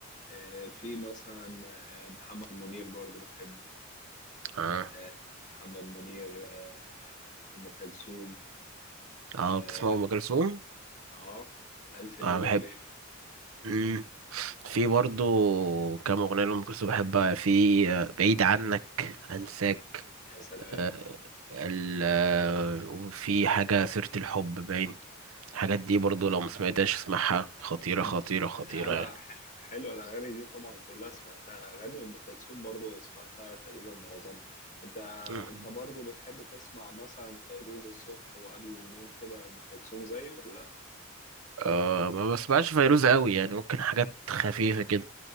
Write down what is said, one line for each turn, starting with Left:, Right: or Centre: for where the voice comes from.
Left: آه. في مثلا آه، محمد منير برضو بحبه
Right: اه
Left: آه. محمد منير آه. أم كلثوم
Right: اه
Left: اه
Right: بتسمع ام كلثوم
Left: آه. ألف ليلة
Right: اه بحب
Left: وليلة
Right: مم. في برضو كام اغنية لام كلثوم بحبها في آه، بعيد عنك انساك
Left: يا سلام
Right: آه، ال آه، وفي حاجة سيرة الحب باين الحاجات دي برضو لو ما سمعتهاش اسمعها خطيرة
Left: مم.
Right: خطيرة خطيرة
Left: لا لا
Right: يعني
Left: حلو حلو الاغاني دي طبعا كلها سمعتها اغاني ام كلثوم برضه سمعتها تقريبا معظمها انت
Right: مم.
Left: انت برضه بتحب تسمع مثلا فيروز الصبح وقبل النوم كده ام كلثوم زي ولا
Right: أه ما بسمعش فيروز قوي يعني ممكن حاجات خفيفة كده